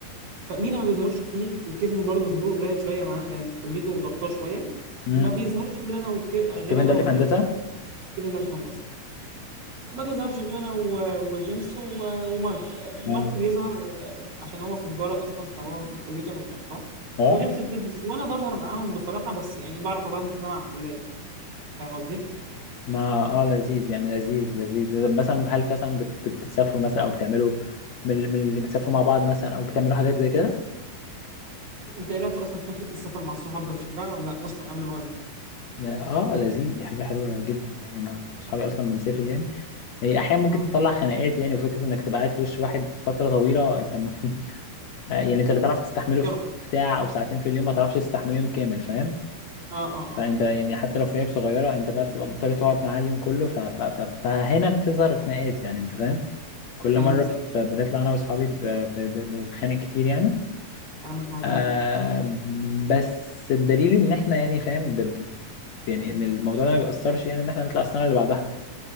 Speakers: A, on the right; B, on the left.
A: فمينا ما بيظهرش كتير وكيفن برضه ظهور قليل شويه معانا لان كليته ضغطاه شويه
B: امم
A: ما بيظهرش غير انا وك... غير
B: كمان
A: انا
B: ده اللي
A: وجيمس
B: في هندسه
A: وكيفن ده اللي في هندسه ما بيظهرش غير انا و- وجيمس و- ومارك
B: امم
A: مارك بيظهر عشان هو في تجاره اصلا فهو كليته مش ضغطاه
B: اه
A: وجيمس في بيزنس وانا بظهر معاهم بصراحه بس يعني بعرف ابالانس ده مع الكليه فاهم قصدي
B: ما اه لذيذ يعني لذيذ لذيذ طب مثلا هل مثلا بت... بت... بتسافروا مثلا او بتعملوا من من اللي بتسافروا مع بعض مثلا او بتعملوا حاجات زي كده
A: انت ايه رايك في اصلا كونسيبت السفر مع الصحاب ده بتشجعه ولا لا اصلا قبل ما اقول لك
B: ده اه لذيذ دي حاجه حلوه جدا يعني انا اصحابي اصلا بنسافر يعني هي احيانا ممكن
A: امم
B: تطلع خناقات يعني وفكره انك تبقى قاعد في وش واحد فتره طويله انت م- <laughs> يعني انت اللي تعرف تستحمله
A: مضطر
B: في ساعه او ساعتين في اليوم ما تعرفش تستحمله يوم كامل فاهم
A: اه اه
B: فانت
A: اه
B: يعني حتى لو في عيب صغيره انت بقى بتبقى مضطر تقعد معاه اليوم كله ف... ف... ف... فهنا بتظهر خناقات يعني انت فاهم كل
A: كلامك
B: مرة
A: سليم
B: ب- بنطلع أنا وأصحابي ب- ب- ب- بنتخانق كتير يعني
A: كلامك موزون
B: آه بس الدليل إن إحنا يعني فاهم ب- ب- يعني إن الموضوع ده ما بيأثرش يعني إن إحنا نطلع السنة اللي بعدها